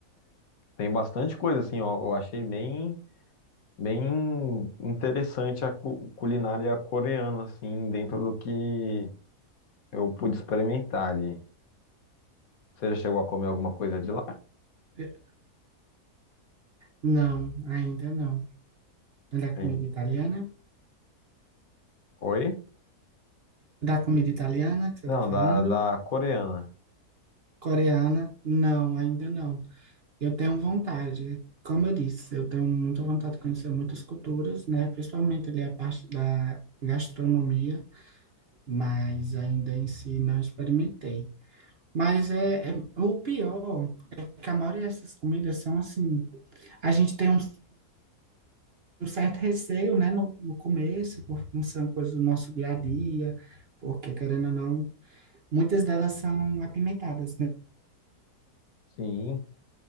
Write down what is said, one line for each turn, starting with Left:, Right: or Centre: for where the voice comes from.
Left: Tem bastante coisa assim, ó, eu achei bem bem interessante a cu- culinária coreana assim, dentro do que eu pude experimentar ali. Você já chegou a comer alguma coisa de lá?
Right: eh, não, ainda não. É da
Left: Hein?
Right: comida italiana?
Left: Oi?
Right: Da comida italiana que você
Left: Não,
Right: tá falando?
Left: da, da coreana.
Right: Coreana? Não, ainda não. Eu tenho vontade, como eu disse, eu tenho muita vontade de conhecer muitas culturas, né? Principalmente ali a parte da gastronomia, mas ainda em si não experimentei. Mas é, é o pior. que a maioria dessas comidas são assim, a gente tem um, um certo receio, né, no, no começo, porque não são coisas do nosso dia a dia, porque querendo ou não, muitas delas são apimentadas, né?
Left: Sim.